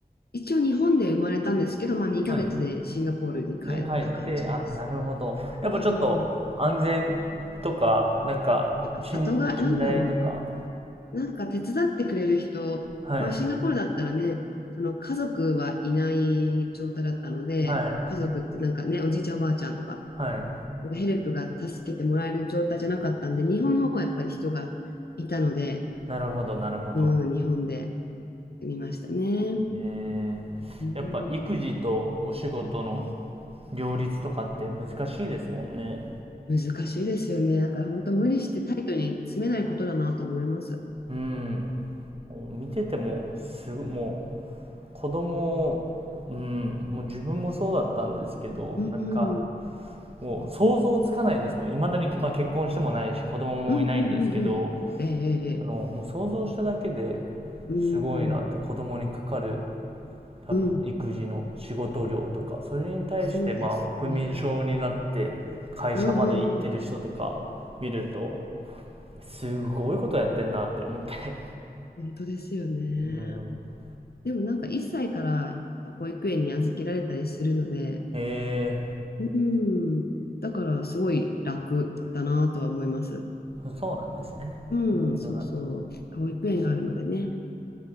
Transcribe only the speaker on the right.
はい。家に帰って、あ、なるほど。やっぱちょっと安全とか、
なんか、
信、信頼とか。
はい。
はい。
はい。
なるほど、なるほど。
え
ー、やっぱ育児とお仕事の両立とかって難しいですもんね。
うん。見てても、すごもう、子供、うん、もう自分もそうだったんですけど、
なんか、
もう想像つかないです。もう未だに、まあ結婚してもないし、子供もいないんですけど、
あの、もう想像しただけで
すごいなって子供にかかる多分育児の仕事量とかそれに対してまあ不眠症になって会社まで行ってる人とか見ると
すごいことやってんなって思って
<laughs> うん
え
ー、そうなんですねなるほどなるほど